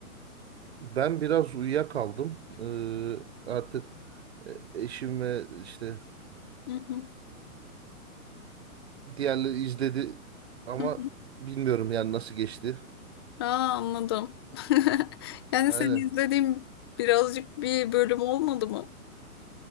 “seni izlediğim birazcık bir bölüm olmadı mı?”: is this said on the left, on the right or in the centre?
Left